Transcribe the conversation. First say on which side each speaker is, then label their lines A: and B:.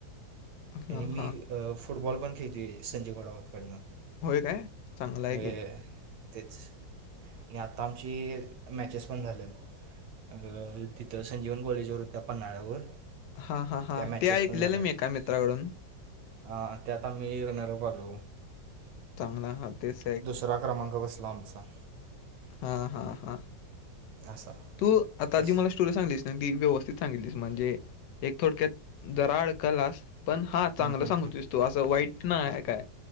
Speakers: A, on the left (about 75°); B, on the right (about 75°).
A: हां,
B: आणि मी
A: हां.
B: फुटबॉल पण खेळतोय संजय गोडावतकडनं
A: होय काय चांगलंय
B: होय
A: की
B: तेच आणि आता आमची मॅचेस पण झाल्यात अ तिथं संजीवन कॉलेजवर होत्या पन्हाळ्यावर
A: हा हा हा
B: त्या मॅचेस
A: ते ऐकलेलं
B: पण झाल्यात
A: मी एका मित्राकडून
B: अ त्यात आम्ही रनरप आलू
A: चांगला हां, तेच
B: दुसरा क्रमांक वस्लामचा
A: हा हा हा
B: असा
A: तू आता
B: कसं
A: आधी मला स्टोरी सांगलीस ना ती व्यवस्थित सांगितलीस म्हणजे एक थोडक्यात दराळ कलास पण हा चांगलं
B: हम्म,
A: सांगतोस तो असं वाईट काय